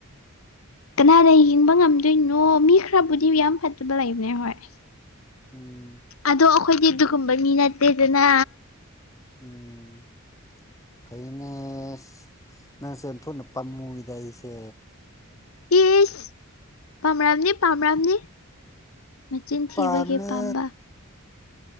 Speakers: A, on the left (about 75°); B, on the left (about 15°).
A: ꯀꯅꯥꯅ ꯌꯦꯡꯕ ꯉꯝꯗꯣꯏꯅꯣ ꯃꯤ ꯈ꯭ꯔꯕꯨꯗꯤ ꯌꯥꯝ ꯐꯠꯇꯕ ꯂꯩꯕꯅꯦ ꯍꯣꯏ꯫
B: ꯎꯝ
A: ꯑꯗꯣ ꯑꯈꯣꯏꯗꯤ ꯑꯗꯨꯒꯨꯝꯕꯅꯤ ꯅꯠꯇꯦꯗꯅ꯫
B: ꯎꯝ ꯐꯩꯅꯦꯁ ꯅꯁꯦ ꯑꯟꯊꯣꯛꯅ ꯄꯥꯝꯃꯨꯏꯗ ꯑꯩꯁꯦ꯫
A: ꯏꯁ ꯄꯥꯝꯔꯝꯅꯤ ꯄꯥꯝꯔꯝꯅꯤ ꯃꯆꯤꯟ ꯊꯤꯕꯒꯤ
B: ꯄꯥꯝꯃꯦ
A: ꯄꯥꯝꯕ